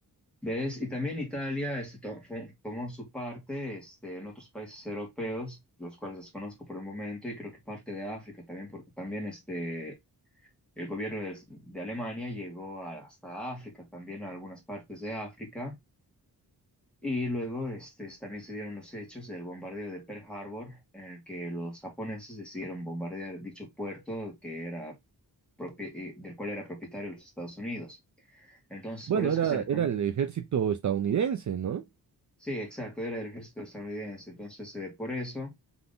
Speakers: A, in the centre; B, on the right (about 50°).
A: ¿Ves? Y también Italia este, to- fue- tomó su parte este, en otros países europeos, los cuales desconozco por el momento, y creo que parte de África también, porque también este, el gobierno de, de Alemania llegó a- hasta África, también a algunas partes de África, Y luego este, también se dieron los hechos del bombardeo de Pearl Harbor, en el que los japoneses decidieron bombardear dicho puerto que era propi- eh, del cual era propietario los Estados Unidos. Entonces,
B: Bueno,
A: por eso
B: era,
A: que se le...
B: era
A: con-
B: el ejército estadounidense, ¿no?
A: Sí, exacto, era del ejército estadounidense. Entonces, eh, por eso